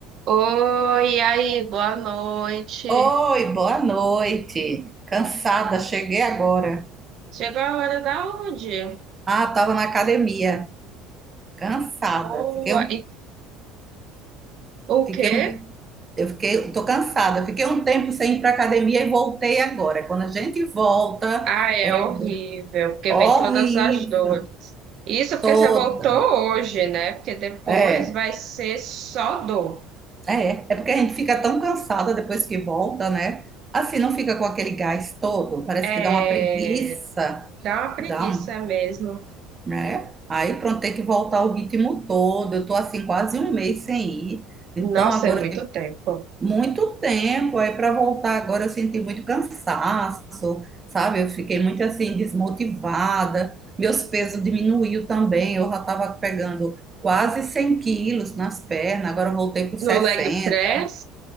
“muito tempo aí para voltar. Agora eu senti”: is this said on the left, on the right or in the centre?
Right